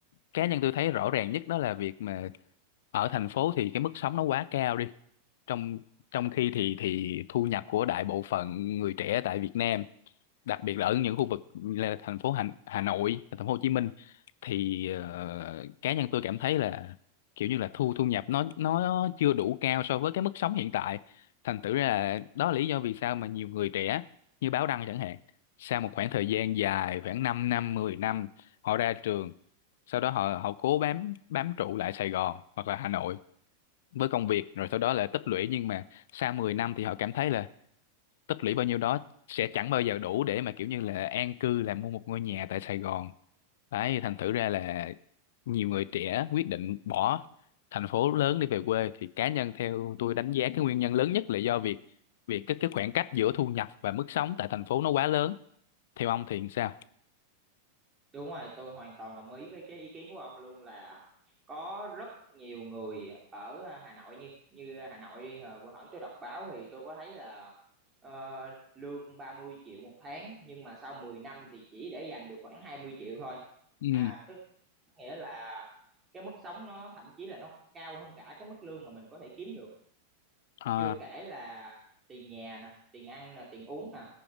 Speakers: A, on the left; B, on the right.
A: cá nhân tôi thấy rõ ràng nhất đó là việc mà ở thành phố thì cái mức sống nó quá cao đi. Trong trong khi thì thì thu nhập của đại bộ phận người trẻ tại Việt Nam đặc biệt là ở những khu vực là thành phố Hà, Hà Nội, thành phố Hồ Chí Minh thì ờ, cá nhân tôi cảm thấy là kiểu như là thu thu nhập nó nó chưa đủ cao so với cái mức sống hiện tại. Thành thử ra là đó là lý do vì sao mà nhiều người trẻ như Báo Đăng chẳng hạn, sau một khoảng thời gian dài khoảng 5 năm, 10 năm họ ra trường, sau đó họ họ cố bám bám trụ lại Sài Gòn hoặc là Hà Nội với công việc rồi sau đó là tích lũy nhưng mà sau 10 năm thì họ cảm thấy là tích lũy bao nhiêu đó sẽ chẳng bao giờ đủ để mà kiểu như là an cư là mua một ngôi nhà tại Sài Gòn đấy thành thử ra là nhiều người trẻ quyết định bỏ thành phố lớn để về quê thì cá nhân theo tôi đánh giá cái nguyên nhân lớn nhất là do việc việc cái cái khoảng cách giữa thu nhập và mức sống tại thành phố nó quá lớn theo ông thì sao
B: Đúng rồi, tôi hoàn toàn đồng ý với cái ý kiến của ông luôn là có rất nhiều người ở à, Hà Nội như như Hà Nội đi hồi bữa hổm tôi đọc báo thì tôi có thấy là ờ, lương 30 triệu một tháng nhưng mà sau 10 năm thì chỉ để dành được khoảng 20 triệu thôi.
A: ừ
B: À tức nghĩa là cái mức sống nó thậm chí là nó cao hơn cả cái mức lương mà mình có thể kiếm được
A: à
B: chưa kể là tiền nhà nè tiền ăn nè tiền uống nè